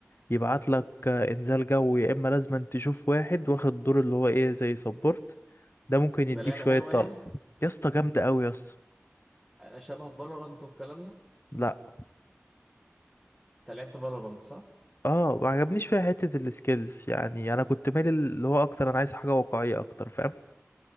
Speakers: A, on the left; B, in the centre.
A: يبعت لك آه، انزال جو يا اما لازم أن تشوف واحد واخد دور اللي هو ايه زي سبورت ده ممكن يديك
B: ده لعبة
A: شوية
B: حلوة
A: طلب
B: يعني؟
A: يا اسطى جامدة قوي يا اسطى
B: آه، شبه فالورانت والكلام ده؟
A: لا
B: انت لعبت فالورانت صح؟
A: اه ما عجبنيش فيها حتة السكيلز يعني انا كنت مالي اللي هو اكتر انا عايز حاجة واقعية اكتر فاهم